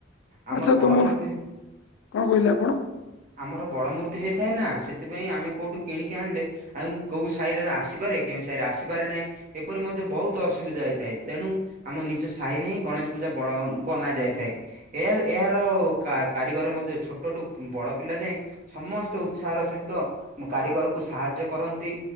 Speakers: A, on the right (about 45°); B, on the left (about 75°).
A: ଆମର
B: ଆଚ୍ଛା
A: ବଡ
B: ତୁମ
A: ମୂର୍ତ୍ତି
B: କଣ କହିଲେ ଆପଣ?
A: ଆମର ବଡ ମୂର୍ତ୍ତି ହେଇଥାଏ ନା ସେଥିପାଇଁ ଆମେ କୋଉଠୁ କିଣିକି ଆଣିଲେ ଆଉଁ କୋଉ ସାହିରେ ଆସିପାରେ କେଉଁ ସାହିରେ ଆସିପାରେ ନାଇଁ। ଏପରି ମଧ୍ୟ ବହୁତ ଅସୁବିଧା ହେଇଥାଏ ତେଣୁ ଆମ ନିଜ ସାହିରେ ହିଁ ଗଣେଶ ପୂଜା ବ ବନା ଯାଇଥାଏ। ଏହା ଏହାର କା କାରିଗର ମଧ୍ୟ ଛୋଟଟୁ ବଡ ପିଲା ଯାଏଁ। ସମସ୍ତେ ଉତ୍ସାହର ସହିତ <unintelligible> କାରିଗରକୁ ସାହାଯ୍ୟ କରନ୍ତି।